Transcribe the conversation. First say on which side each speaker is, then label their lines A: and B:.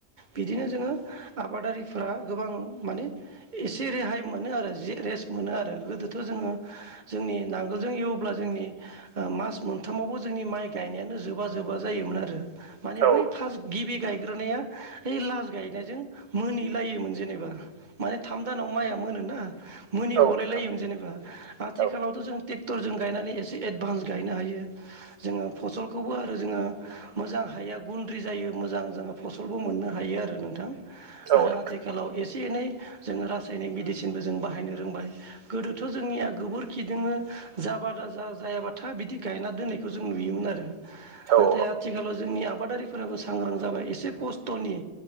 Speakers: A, on the right (about 30°); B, on the right (about 60°).
A: बिदिनो जोङो आबादारिफोरा गोबां माने एसे रेहाय मोनो आरो जे रेस्ट मोनो आरो गोदोथ जोङो जोंनि नांगोलजों एवब्ला जोंनि मास मोनथामावबो जोंनि माइ गायनायानो जोबा जोबा जायोमोन आरो माने
B: औ
A: बै फास गिबि गायग्रानाया ओइ लास गायनायजों मोनहनिलायोमोन जेनेबा माने थाम दानाव माइया मोनो ना मोनि
B: औ
A: गलाय
B: नोंथां
A: लायोमोन जेनेबा आथिखालावथ'
B: औ
A: जों ट्रेक्टरजों गायनानै एसे एडभान्स गायनो हायो जोङो फसलखौबो आरो जोङो मोजां हाया गुन्द्रि जायो मोजां जोङो फसलबो मोननो हायो आरो नोंथां आरो
B: औ नोंथां
A: आथिखालाव एसे एनै जोङो रासायनिक मेडिसिनबो जों बाहायनो रोंबाय गोदोथ' जोंनिया गोबोरखिदोंनो जाबादा जा जायाबाथाया बिदि गायना दोनै खौ जों नुयोमोन आरो नाथाय
B: औ
A: आथिखालाव जोंनि आबादारि फोराबो सांग्रां जाबाय एसे खस्थ'नि